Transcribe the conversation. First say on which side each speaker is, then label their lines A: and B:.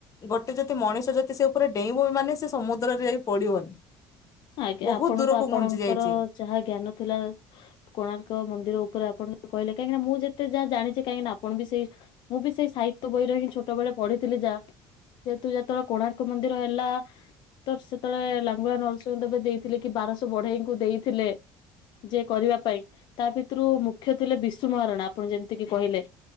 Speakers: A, on the left (about 40°); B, on the left (about 60°).
A: ଗୋଟେ ଯଦି ମଣିଷ ଯଦି ସେ ଉପରେ ଡେଇଁବ ବି ମାନେ ସେ ସମୁଦ୍ରରେ ଯାଇ ପଡିବନି।
B: ଆଜ୍ଞା
A: ବହୁତ
B: ଆପଣ
A: ଦୂରକୁ
B: ତ ଆପଣଙ୍କର
A: ଘୁଞ୍ଚି ଯାଇଛି
B: ଯାହା ଜ୍ଞାନ ଥିଲା କୋଣାର୍କ ମନ୍ଦିର ଉ ପୁରା ଆପଣ ଯୋଉ କହିଲେ କାହିଁକିନା ମୁଁ ଯେତେ ଯାହା ଜାଣିଛି କାହିଁକିନା ଆପଣ ବି ସେଇ ମୁଁ ବି ସେଇ ସାହିତ୍ୟ ବହିରେ ହିଁ ଛୋଟବେଳେ ପଢିଥିଲି ଯାହା ଯେହେତୁ ଯେତେବେଳେ କୋଣାର୍କ ମନ୍ଦିର ହେଲା ତ ସେତେବେଳେ ଲାଙ୍ଗୁଳା ନରସ୍ <inaudible> ଦେଇଥିଲେ କି ବାରଶହ ବଢେଇଙ୍କୁ ଦେଇଥିଲେ। ଯେ କରିବା ପାଇଁ ତା ଭିତରୁ ମୁଖ୍ୟ ଥିଲେ ବିଶୁ ମହାରଣା ଆପଣ ଯେମିତିକି କହିଲେ